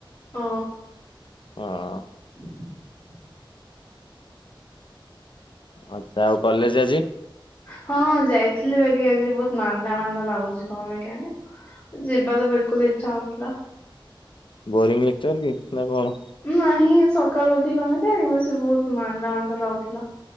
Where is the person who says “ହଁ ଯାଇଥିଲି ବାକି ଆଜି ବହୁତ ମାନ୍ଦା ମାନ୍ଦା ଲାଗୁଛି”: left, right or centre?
Left